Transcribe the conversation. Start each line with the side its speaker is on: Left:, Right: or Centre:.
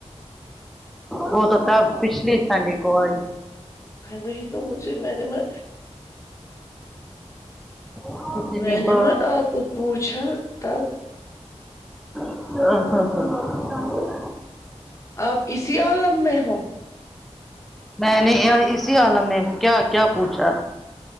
Centre: ہوں سکتا ہے پچھلے سنڈے کو ائی
Left: وہی تو مجھے میں نے نا
Centre: کتنی
Left: میں نے
Centre: بار
Left: مت تو آپ کو پوچھا تب
Centre: <unintelligible>
Left: آپ اسی عالم میں ہو
Centre: میں نے اسی عالم میں ہوں کیا کیا پوچھا